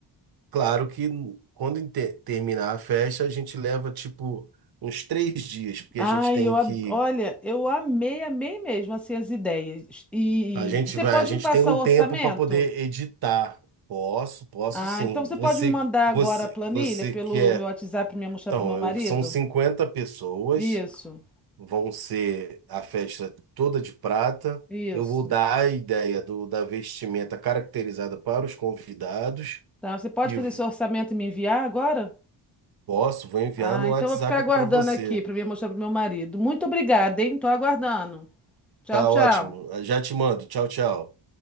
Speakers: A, on the right (about 55°); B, in the centre.
A: Claro que quando inte- terminar a festa, a gente leva tipo uns três dias, porque
B: Ai,
A: a gente tem
B: eu, ad-
A: que.
B: olha, eu amei, amei mesmo assim as ideias. E
A: A gente
B: e você
A: vai,
B: pode
A: a gente
B: me passar
A: tem um
B: o orçamento?
A: tempo para poder editar. Posso, posso
B: Ah,
A: sim.
B: então você
A: Você,
B: pode me mandar
A: você,
B: agora a planilha
A: você
B: pelo
A: quer.
B: meu WhatsApp e me mostrar
A: Então,
B: para meu marido?
A: eu, são cinquenta pessoas,
B: Isso,
A: vão ser a festa toda de prata.
B: isso.
A: Eu vou dar a ideia do, da vestimenta caracterizada para os convidados
B: Tá, você pode
A: e
B: fazer
A: v-
B: seu orçamento e me enviar agora?
A: posso, vou enviar
B: Ah,
A: no
B: então
A: WhatsApp
B: vou ficar aguardando
A: para você.
B: aqui para mim mostrar pro meu marido. Muito obrigada, hein? Tô aguardando. Tchau,
A: Tá
B: tchau.
A: ótimo. Já te mando. Tchau, tchau.